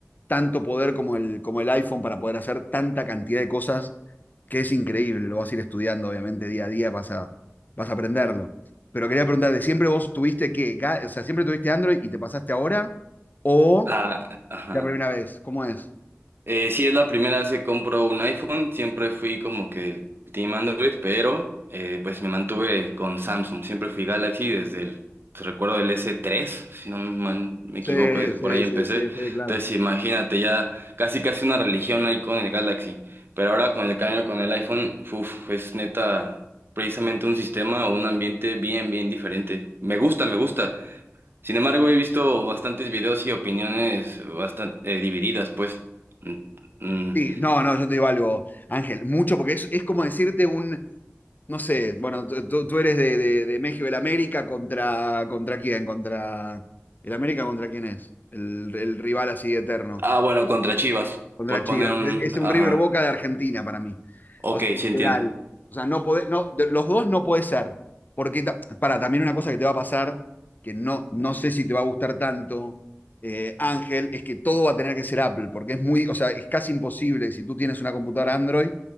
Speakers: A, on the left (about 35°); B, on the right (about 45°).
A: tanto poder como el, como el iPhone para poder hacer tanta cantidad de cosas que es increíble, lo vas a ir estudiando obviamente día a día, vas a, vas a aprenderlo. Pero quería preguntarte, ¿siempre vos tuviste que, o sea, siempre tuviste Android y te pasaste ahora o
B: ah, ajá,
A: la primera vez? ¿Cómo es?
B: Eh, sí, es la primera vez que compro un iPhone. Siempre fui como que el team Android, pero eh, pues me mantuve con Samsung. Siempre fui Galaxy desde el, recuerdo del S3, si no mal me
A: Sí,
B: equivoco, desde
A: sí,
B: por ahí empecé.
A: sí, sí, sí, claro.
B: Entonces imagínate, ya casi casi una religión ahí con el Galaxy. Pero ahora con el cambio con el iPhone, uf, es neta precisamente un sistema o un ambiente bien, bien diferente. Me gusta, me gusta. Sin embargo, he visto bastantes videos y opiniones bastante divididas, pues. Mm, mm.
A: Sí, no, no, yo te digo algo, Ángel, mucho, porque es, es como decirte un, no sé, bueno, tú, tú- tú eres de, de, de México, el América contra, contra quién, contra, el América contra quién es, el, el rival así eterno.
B: Ah, bueno, contra Chivas,
A: contra
B: por
A: Chivas.
B: poner un...
A: Es, es un
B: Ajá.
A: River Boca de Argentina para mí.
B: Ok,
A: O sea,
B: sí
A: literal.
B: entiendo.
A: O sea, no podés, no, de- los dos no puede ser. Porque, ta- para, también una cosa que te va a pasar, que no, no sé si te va a gustar tanto, eh, Ángel, es que todo va a tener que ser Apple, porque es muy, o sea, es casi imposible, si tú tienes una computadora Android,